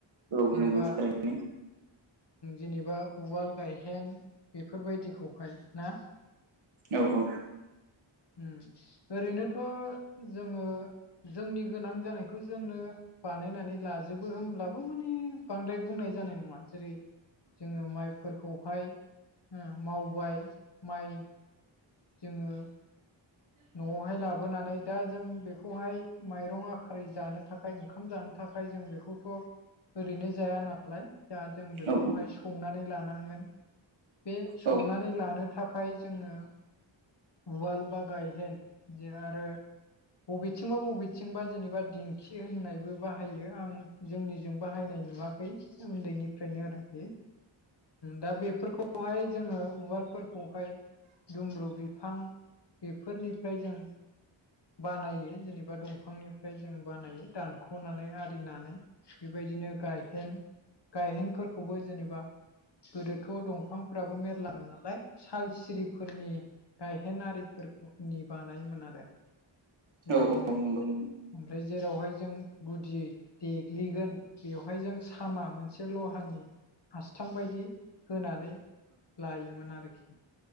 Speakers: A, on the right; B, on the left.
A: औ
B: जेनेबा
A: नंगौ थारैनो
B: जेनेबा उवाल गायहेन। बेफोरबायदिखौहाय ना
A: औ औ।
B: उम ओरैनोथ' जोङो जोंनि गोनां जानायखौ जोंनो। बानायनानै लाजोबो हब्लाबो माने बांद्राय बुंनाय जानाय नङा जेरै जोङो माइफोरखौहाय मावबाय माइ जोङो न'आवहाय लाबो। ह बोनानै दा जों बेखौहाय माइरं आ खारै जानो थाखाय ओंखाम जानो थाखाय जों बेखौथ'। ओरैनो जाया नालाय दा जों बेखौहाय
A: औ
B: संनानै लानांगोन बे सौनानै
A: औ
B: लानो थाखाय जोङो। उवाल बा गायहेन जे आरो। बबेथिंबा बबेथिंबा जेनेबा दिंखि होननायबो बाहायो आं। जोंनिजों बाहायनाय नुवाखै उन्दैनिफ्रायनो आरोखि दा बेफोरखौहाय जोङो उवालफोरखौहाय दुमब्रु बि बिफां बेफोरनिफ्राय जों बानायो जेनेबा दंफांनिफ्राय जों बानायो दानख'नानै आरिनानै। बेबायदिनो गायहेन गायहेनफोरखौबो जेनेबा गोदोथ' दंफांफोराबो मेरलामोन नालाय साल सिरिफोरनि। गायहेनिफोरखौ नि बानायोमोन आरो बेबायदिनो।
A: औ औ नंगौ
B: ओमफ्राय जेरावहाय जों गुदि देग्लिगोन बेवहाय जों सामा मोनसे लाहानि हासथाम बायदि होनानै लायोमोन आरोखि